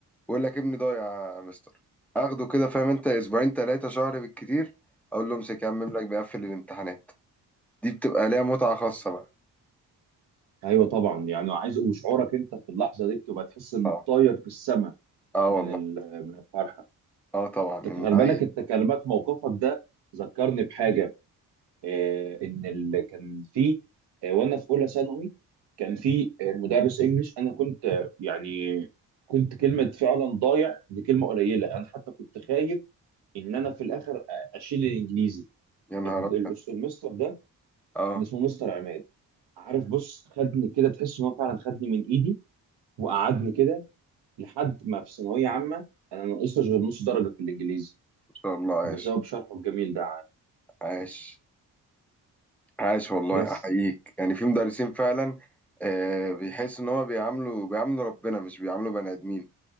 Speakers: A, in the centre; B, on the right (about 65°).
A: ويقول لك ابني ضايع يا مستر اخده كده فاهم انت اسبوعين ثلاثه شهر بالكتير اقول له امسك يا عم املك بيقفل الامتحانات دي بتبقى ليها متعه خاصه بقى
B: ايوه طبعا يعني عايز وشعورك انت في اللحظه دي بتبقى تحس انك
A: اه
B: طاير في السماء
A: اه والله
B: من ال- من الفرحه
A: اه طبعا إن
B: انت خلي
A: عيل
B: بالك انت كلمات موقفك ده ذكرني بحاجه آه، ان ال... كان في آه، وانا في اولى ثانوي كان في آه، مدرس انجليش انا كنت آه، يعني كنت كلمه فعلا ضايع دي كلمه قليله انا حتى كنت خايف ان انا في الاخر أ- اشيل الانجليزي
A: يا نهار
B: ال-
A: ابيض
B: ال- المستر ده
A: اه
B: كان اسمه مستر عماد عارف بص خدني كده تحس ان هو فعلا خدني من ايدي وقعدني كده لحد ما في ثانويه عامه انا ما نقصتش غير نص درجه في الانجليزي
A: ما شاء الله عايش
B: بسبب شرحه الجميل ده
A: عاش عاش والله
B: بس
A: احييك يعني في مدرسين فعلا آه بيحس ان هو بيعاملوا بيعاملوا ربنا مش بيعاملوا بني ادمين